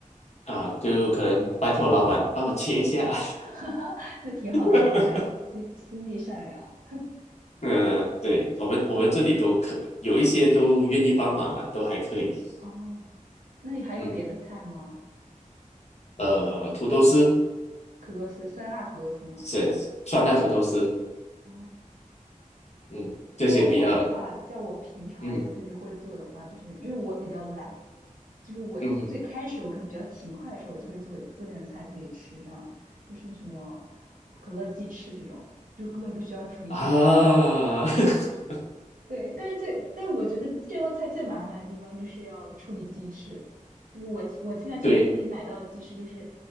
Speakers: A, on the left (about 55°); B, on the right (about 85°).
A: 啊，就可能拜托老板帮我切一下，
B: <laughs> 哈哈那挺好的，
A: <laughs>
B: 老板心心地善良。
A: 嗯，对我们我们这里都可有一些都愿意帮忙啦，都还可以，
B: 哦，那你还有别的菜吗？
A: 嗯，呃，土豆丝。
B: 土豆丝，酸辣土豆丝吗？
A: 是酸辣土豆丝，
B: 哦
A: 嗯，这些比较，
B: 像我的话，在我平常我自己会做的话，
A: 嗯
B: 就是因为我比较懒，就是我最开始我可能比较勤快的时候，
A: 嗯
B: 我就会做做点菜自己吃，这样就是什么可乐鸡翅这种，就根本不需要厨艺。
A: 啊，
B: <laughs>
A: <laughs>
B: 对，但是最，但是我觉得这道菜最麻烦的地方就是要处理鸡翅，就是我我现在这边可以买到的鸡翅就是
A: 对